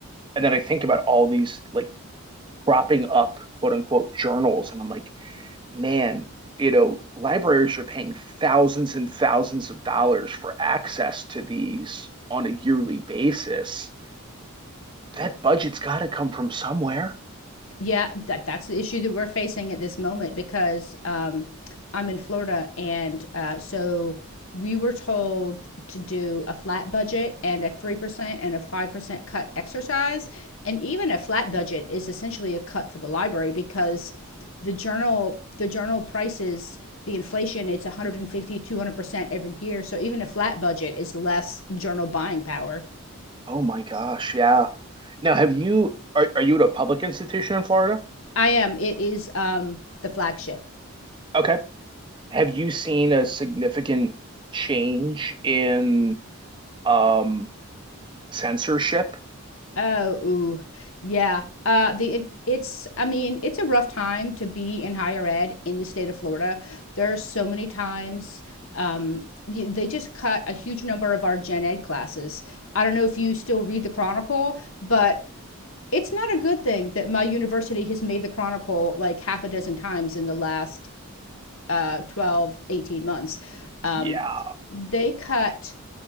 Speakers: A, on the right; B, on the left.
A: and then I think about all these like cropping up quote unquote journals, and I'm like, man. You know, libraries are paying thousands and thousands of dollars for access to these on a yearly basis that budget's got to come from somewhere.
B: Yeah, that that's the issue that we're facing at this moment because um, I'm in Florida, and uh, so we were told to do a flat budget and a three percent and a five percent cut exercise, and even a flat budget is essentially a cut for the library because the journal the journal prices the inflation it's one hundred and fifty two hundred percent every year so even a flat budget is less journal buying power
A: Oh my gosh, yeah. Now, have you are are you at a public institution in Florida?
B: i am it is um, the flagship
A: Okay. Have you seen a significant change in um censorship?
B: Oh, ooh. Yeah. Uh, the it, it's I mean, it's a rough time to be in higher ed in the state of Florida. There are so many times um, you, they just cut a huge number of our gen ed classes. I don't know if you still read the Chronicle, but it's not a good thing that my university has made the Chronicle like half a dozen times in the last uh, 12, eighteen months. Um,
A: Yeah.
B: they cut